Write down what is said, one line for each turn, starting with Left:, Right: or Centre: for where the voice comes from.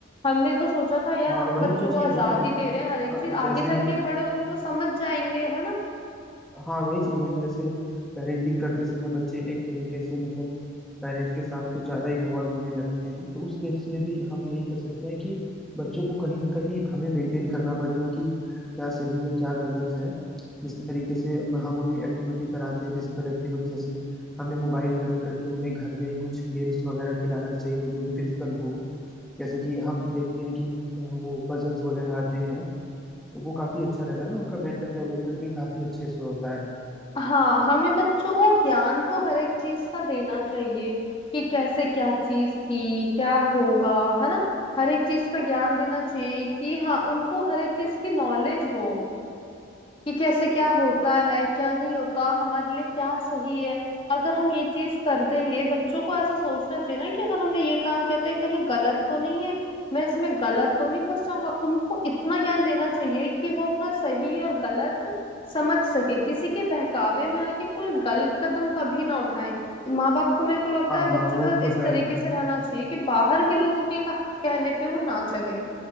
Left: हमने तो सोचा था यार
Centre: हाँ
Left: हम
Centre: वही
Left: बच्चों
Centre: तो चीज
Left: को आजादी
Centre: है ना
Left: दे रहे हैं हर एक
Centre: अब
Left: चीज
Centre: जैसे
Left: आगे चल के बड़े होंगे तो समझ जाएंगे है ना
Centre: हाँ वही चीज है ना जैसे पेरेंटिंग करते समय बच्चे एक तरीके से मतलब पेरेंट्स के साथ कुछ ज्यादा इन्वॉल्व होने लगते हैं तो उस केस में भी हम यही कर सकते हैं कि बच्चों को कहीं ना कहीं हमें मेंटेन करना पड़ेगा कि क्या सही है क्या गलत है जिस तरीके से हम उन्हें एक्टिविटी कराते हैं फिजिकल एक्टिविटी जैसे हमें मोबाइल ना दे करके उन्हें घर में ही कुछ गेम्स वगैरह खिलाना चाहिए जो कि फिजिकल हो जैसे कि हम देखते हैं कि वो पजल्स वगैरह आते हैं तो वो काफी अच्छा रहता है ना उनका मेंटल डेवलपमेंट भी काफी अच्छे से होता है
Left: हाँ हमें बच्चों को ज्ञान तो हर एक चीज का देना चाहिए कि कैसे क्या चीज थी क्या होगा है ना हर एक चीज का ज्ञान देना चाहिए कि हाँ उनको हर एक चीज की नॉलेज हो कि कैसे क्या होता है क्या नहीं होता हमारे लिए क्या सही है अगर हम ये चीज कर देंगे बच्चों को ऐसा सोचना चाहिए ना कि अगर हमने ये काम किया तो ये कहीं गलत तो नहीं है मैं इसमें गलत तो नहीं फंस जाऊंगा उनको इतना ज्ञान देना चाहिए कि वो अपना सही और गलत समझ सके किसी के बहकावे में आके कोई गलत कदम कभी ना उठाए माँ बाप को मेरे को लगता
Centre: हाँ
Left: है
Centre: हाँ
Left: बच्चों
Centre: वो
Left: के साथ
Centre: तो
Left: इस
Centre: है
Left: तरीके से रहना चाहिए कि बाहर के लोगों के कहा- कहने पे वो ना चले